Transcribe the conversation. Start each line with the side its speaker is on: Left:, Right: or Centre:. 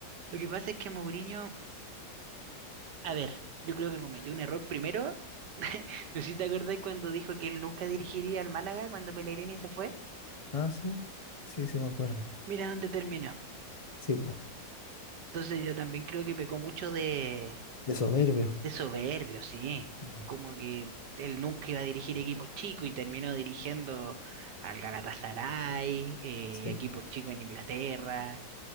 Right: lo que pasa es que Mourinho, a ver, yo creo que cometió un error primero. <laughs> No sé si te acordás cuando dijo que él nunca dirigiría al Málaga cuando Pellegrini se fue.
Left: Ah, sí, sí, sí me acuerdo.
Right: Mira dónde termina.
Left: Sí, pues,
Right: Entonces yo también creo que pecó mucho de,
Left: de soberbio.
Right: de soberbio, sí.
Left: Mm,
Right: Como que él nunca iba a dirigir equipos chicos y terminó dirigiendo al Galatasaray, eh,
Left: Sí,
Right: y a equipos chicos en Inglaterra.